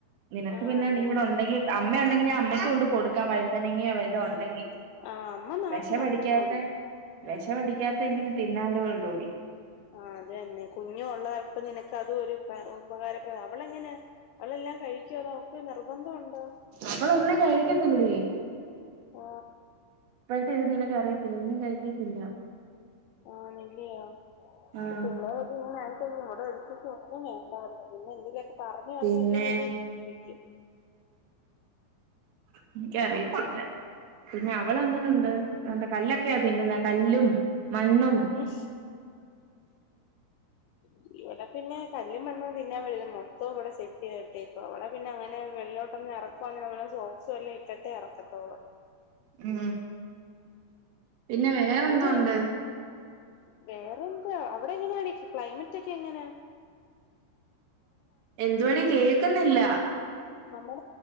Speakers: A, on the right; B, on the left.
A: നിനക്ക്
B: ആഹ്
A: പിന്നെ
B: വന്നില്ലേ
A: നീ ഇവിടെ ഉണ്ടെങ്കിൽ. അമ്മയ ഉണ്ടെങ്കിൽ ഞാൻ അമ്മയ്ക്ക് കൊണ്ട് കൊടുക്കാം വഴുതനെങ്ങിയോ വല്ലതും ഉണ്ടെങ്കിൽ.
B: ആഹ് അമ്മ നാട്ടിലുണ്ടല്ലോടി.
A: വെഷം അടിക്കാത്ത വെഷം അടിക്കാത്ത എങ്കിലും തിന്നാലോള്ളൂടി.
B: ആ അത് തന്നെ കുഞ്ഞു ഉള്ളപ്പ നിനക്ക് അത് ഒരു ഉപകാരപ്രദം അവളെങ്ങനെ അവളെല്ലാം കഴിക്കുവോ അതോ അവക്ക് നിർബന്ധംണ്ടോ.
A: അവളൊന്നു കഴിക്കത്തില്ലടി.
B: ഓ
A: ഇപ്പോഴത്തെ ഇത് നിനക്ക് അറിയത്തില്ല. ഒന്നും കഴിക്കത്തില്ല.
B: ആ ണില്ലിയോ
A: ആഹ്
B: ഇ പിള്ളര് ഒക്കെ ഇങ്ങനെ വിടെ ഒരിക്കിന്ന വേണ്ട നിന്ന് എന്തന്ലൊക്കെ പറഞ്ഞ് പറഞ്ഞിട്ട്
A: പിന്നെ
B: തിറ്റിപ്പിക്കും. <inaudible>
A: എനിക്കറിയത്തില്ല. പിന്നെ അവള് എങ്ങനുണ്ട്? എന്ത കല്ലൊക്കെയാ തിന്നുന്നേ കല്ലും മണ്ണും.
B: ഉം. ഉ <unintelligible> ഇവിടെ പിന്നെ കല്ലും മണ്ണും തിന്നാൻ വല്ലോ മൊത്തവും ഇവിടെ സെറ്റ് ചെയ്തിട്ടേക്കുവ അവിടെ പിന്നെ അങ്ങനെ വെള്ളിലോട്ട്ന്നു ഇറ ഇറക്കുവാണേൽ നമ്മ സോക്സ് എല്ലാം ഇട്ടിട്ടേ ഇറക്കത്തോള്ളൂ.
A: ഉം പിന്നെ വേറെന്തോ
B: അതും
A: ഉണ്ട്.
B: വേറെന്താ അവിടെ എങ്ങനാണ്. ക്ലൈമറ്റ് ഒക്കെ എങ്ങനാ?
A: എന്തുവാടി കേക്കുന്നില്ല.
B: നമ്മു